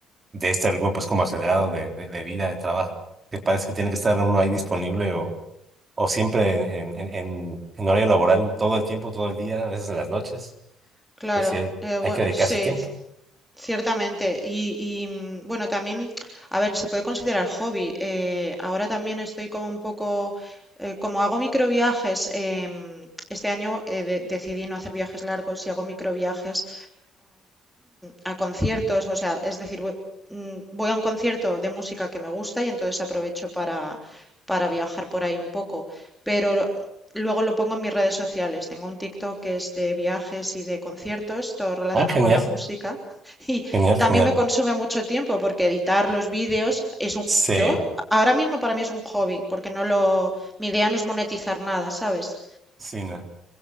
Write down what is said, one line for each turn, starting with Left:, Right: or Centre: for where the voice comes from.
Right: de este ritmo pues como acelerado de, de, de vida, de trabajo, que parece que tiene que estar uno ahí disponible o o siempre en, en, en, en horario laboral todo el tiempo, todo el día, a veces en las noches,
Centre: Claro,
Right: pues sí hay,
Centre: eh,
Right: hay
Centre: bue-
Right: que dedicarse
Centre: sí,
Right: tiempo.
Centre: Ciertamente. Y, y, mm, bueno, también, a ver, se puede considerar hobby. Eh, ahora también estoy como un poco, eh, como hago microviajes, em, este año eh, de- decidí no hacer viajes largos y hago microviajes a conciertos, o sea, es decir, voy, mm, voy a un concierto de música que me gusta y entonces aprovecho para, para viajar por ahí un poco, pero luego lo pongo en mis redes sociales. Tengo un TikTok que es de viajes y de conciertos, todo relacionado
Right: Ah, genial,
Centre: con la música <laughs> y
Right: genial,
Centre: también
Right: genial.
Centre: me consume mucho tiempo porque editar los vídeos es un,
Right: Sí,
Centre: yo ahora mismo para mí es un hobby, porque no lo, mi idea no es monetizar nada, ¿sabes?
Right: sí, no.